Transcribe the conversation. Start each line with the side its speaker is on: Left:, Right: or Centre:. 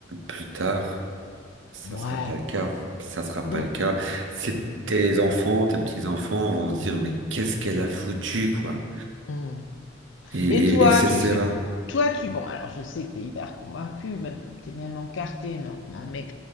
Right: plus tard, ça
Left: Ouais,
Right: sera pas le cas. Ça sera
Left: bon.
Right: pas le cas. C'est tes enfants, tes petits-enfants vont se dire, mais qu'est-ce qu'elle a foutu, quoi?
Left: hmm.
Right: Et, et,
Left: Et toi,
Right: et c'est
Left: tu
Right: ça.
Left: fais, toi tu, bon alors je sais que t'es hyper convaincu, même, t'es même encarté maintenant, mais